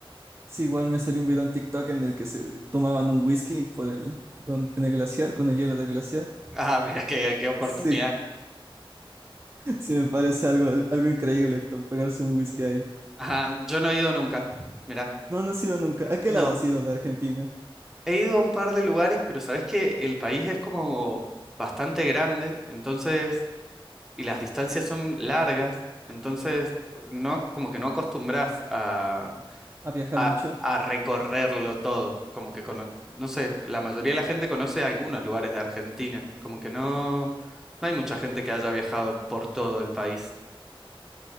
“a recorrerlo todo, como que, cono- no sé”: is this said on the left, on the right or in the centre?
Centre